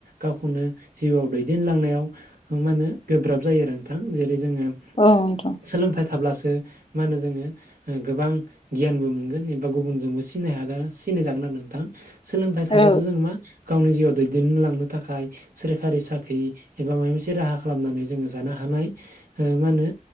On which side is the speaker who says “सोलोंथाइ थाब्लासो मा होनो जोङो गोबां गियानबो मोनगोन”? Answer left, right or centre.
Right